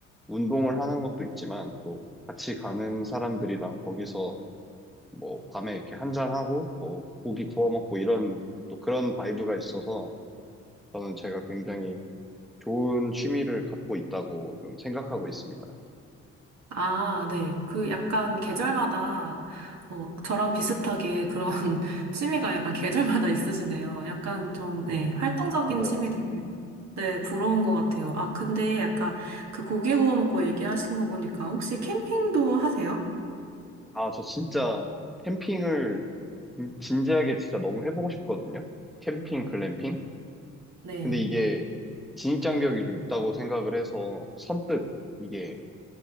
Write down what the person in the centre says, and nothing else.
운동을 하는 것도 있지만 또 같이 가는 사람들이랑 거기서 뭐 밤에 이렇게 한잔하고 뭐 고기 구워 먹고 이런 또 그런 바이브가 있어서 저는 제가 굉장히 좋은 취미를 갖고 있다고 좀 생각하고 있습니다.
네,
맞아요.
아, 저 진짜 캠핑을 진- 진지하게 진짜 너무 해보고 싶거든요. 캠핑, 글램핑.
근데 이게 진입장벽이 좀 있다고 생각을 해서 선뜻 이게